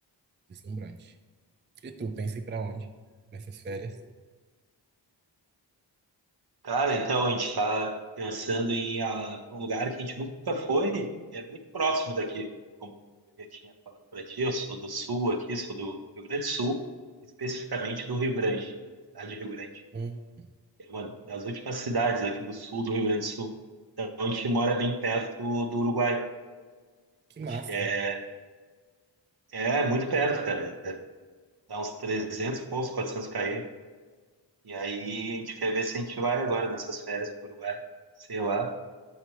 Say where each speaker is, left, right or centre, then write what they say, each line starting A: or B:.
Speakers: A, on the right; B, on the right.
A: deslumbrante. E tu, pensa em ir pra onde nessas férias?
B: Cara, então a gente está pensando em ir a- pra um lugar que a gente nunca foi e é muito próximo daqui. Como eu já tinha falado para ti, eu sou do sul aqui, sou do Rio Grande do Sul, especificamente do Rio Grande, cidade de Rio Grande.
A: Hum,
B: É uma das últimas cidades aqui do sul do Rio Grande do Sul. Então a gente mora bem perto do Uruguai.
A: que
B: A gente
A: massa,
B: é, é muito perto, cara. é, Dá uns 300, e poucos, 400 km. E aí a gente quer ver se a gente vai agora nessas férias pro Uruguai, sei lá.